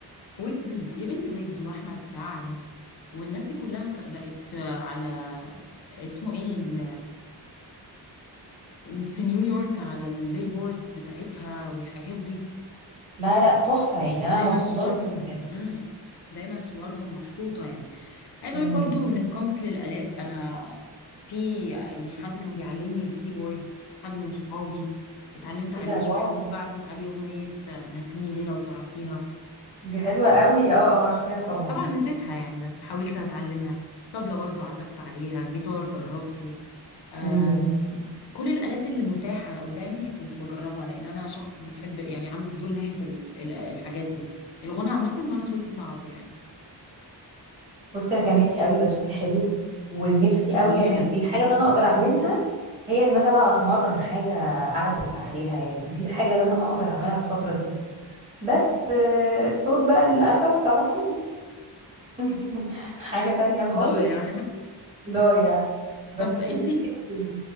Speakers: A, on the left (about 65°); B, on the right (about 15°).
A: ويجز يا بنتي ويجز وأحمد سعد والناس دي كلها ك- بقت على اسمه ايه ال- في نيويورك على البيلبوردز بتاعتها والحاجات دي
B: لا لا تحفة يعني أنا
A: دايما
B: مبسوطة
A: صورهم
B: له جدا
A: امم دايما صورهم محطوطة يعني عايزه
B: امم
A: اقول برضو when it comes للآلات انا في يعني حد كان بيعلمني الكيبورد حد من صحابي اتعلمت عليه
B: ايه ده
A: شويه
B: واو
A: كنت بعزف عليه اغنيه آه، نسيني ليه لو تعرفيها
B: دي حلوة قوي اه اه عارفاها طبعا
A: بس طبعا نسيتها يعني بس حاولت اتعلمها طبلة برضو عزفت عليها جيتار جربته آه
B: امم
A: كل الآلات اللي متاحة قدامي كنت بجربها لأن أنا شخص بيحب يعني عنده فضول ناحية ال- ال- الحاجات دي الغنى عامة وأنا صوتي صعب يعني
B: بصي أنا كان نفسي قوي بس صوتي حلو ونفسي قوي
A: كلنا
B: يعني الحاجة
A: <laughs>
B: اللي أنا أقدر أعملها هي إن أنا بقى أتمرن حاجة أعزف عليها يعني دي الحاجة اللي أنا أقدر أعملها الفترة دي بس آه، الصوت بقى للأسف طبعا <laughs> حاجة تانية خالص
A: ضايع
B: ضايع بس
A: طب انت
B: نفسي أوي.